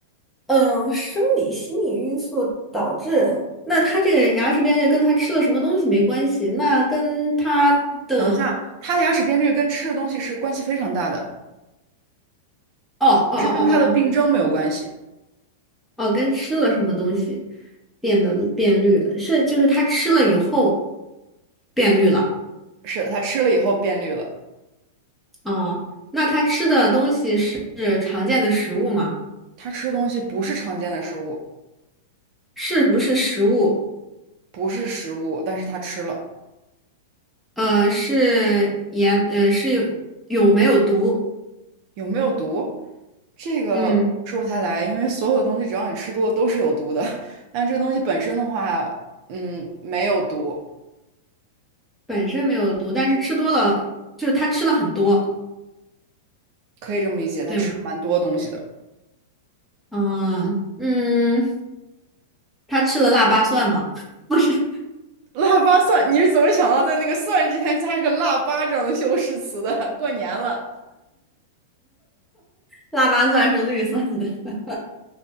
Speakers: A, in the centre; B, on the right.
A: 嗯，生理心理因素导致。那他这个牙齿变绿跟他吃了什么东西没关系，那跟他的
B: 等一下，他的牙齿变绿跟吃的东西是关系非常大的。
A: 哦哦哦哦哦
B: 是跟它的病症没有关系。
A: 哦哦，跟吃了什么东西变得变绿了，是就是他吃了以后变绿了。
B: 是的，它吃了以后变绿了。
A: 哦，那他吃的东西是常见的食物吗？
B: 它吃东西不是常见的食物，
A: 是不是食物？
B: 不是食物，但是它吃了，
A: 呃，是盐，呃，是有有没有毒？
B: 有没有毒？这个说不太来，
A: 嗯，
B: 因为所有的东西只要你吃多了都是有毒的。<laughs> 但这个东西本身的话，嗯，没有毒，
A: 本身没有毒，但是吃多了，就是他吃了很多，
B: 可以这么理解。它吃了蛮多东西的。
A: 对吗？嗯嗯，他吃了腊八蒜吗？<laughs> 不是，
B: 腊八蒜，你是怎么想到在那个蒜之前加一个腊八这样的修饰词的？<laughs> 过年了，
A: 腊八蒜是绿色的。